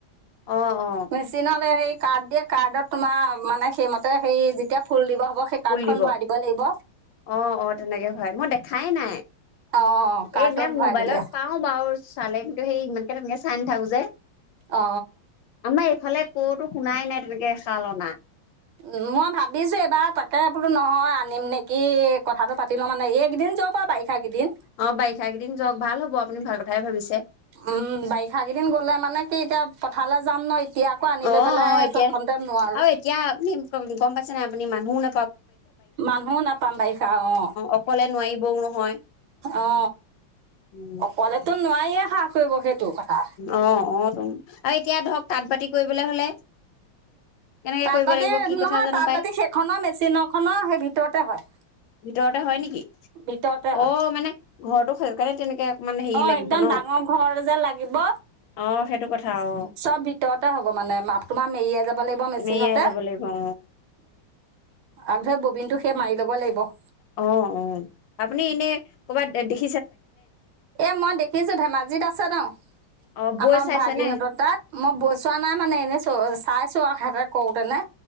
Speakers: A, on the left; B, on the right.
A: অ', অ'।
B: মেচিনলৈ সেই কাৰ্ড দিয়ে কাৰ্ডত তোমাৰ মানে, সেইমতে সে যেতিয়া ফুল দিব সেই
A: ফুল
B: কাৰ্ডখন
A: দিব
B: ভৰাই লাগিব
A: অ! অ! তেনেকে হয়, মই দেখাই নাই
B: অঁ কাৰ্ডত
A: এইবিলাক
B: ভৰাই
A: মোবাইলত
B: দিলে
A: পাও বাৰু চালে, কিন্তু সেই ইমানকে তেনেকে চাই নাথাকো যে,
B: অ!
A: মই এইফালে কতো শুনাই নাই তেনেকে খাল অনা।
B: উ! মই ভাবিছো এইবাৰ তাকে বোলো নহয়, আনিম নেকি কথাটো পাতি লওঁ, মানে এইকেইদিন যাওঁ বাৰু বাৰিষাকেইদিন
A: অ' বাৰিষা কেইদিন যাওক ভাল হব আপুনি ভাল কথাই ভাবিছে।
B: উম! বাৰিষা কেইদিন গ'লে মানে কি এতিয়া এঠাইলে যাম ন এতিয়া আকৌ আনি
A: অ'অ'
B: লৈ পেলাই
A: এতিয়া
B: তৎক্ষণতে
A: আৰু
B: নোৱাৰো
A: এতিয়া আপুনি গম পাইছে নাই আপুনি মানুহ ন
B: মানুহো নাপাম বাৰিষা, অ!
A: অকলে নোৱাৰিবও নহয়
B: অ!
A: উম
B: অকলেতো নোৱি কোনে সাহ কৰিব সেইটো কথা
A: অ' অ' টোন আৰু এতিয়া ধৰক তাঁত বাতি কৰিবলৈ হলে কেনেকে
B: তাঁত
A: কৰিব
B: বাতি
A: লাগিব কি কথা
B: নহয়,
A: জানো
B: তাঁত
A: পাই
B: বাতি সেইখনৰ মেচিনৰখনৰ সেই ভিতৰতে হয়,
A: ভিতৰতে হয় নেকি
B: ভিতৰতে হয়
A: অ মানে ঘৰটো সেইকাৰণে তেনেকে অকমান হেৰি
B: অ'
A: লাগিব
B: একদম
A: ন
B: ডাঙৰ ঘৰ যে লাগিব
A: অ সেইটো কথা অ
B: চব ভিতৰতে হ'ব মানে, তোমাৰ মেৰিয়াই যাব লাগ
A: মেৰিয়াই যাব লাগিব অ
B: আগধৰি, ববিন টো সেই মাৰি লব লাগিব। ব
A: অ''অ'' আপুনি এনে ক'ৰবাত দেখি
B: এ মই দেখিছো ধেমাজিত আছে ন,
A: অ বৈ
B: আমাৰ
A: চাইছে
B: ভাগিন
A: নে
B: হতৰ তাত, মই বৈ চোৱা নাই মানে এনে চ চাইছোঁ আৰু, সেহেঁতে কৰোতেনে।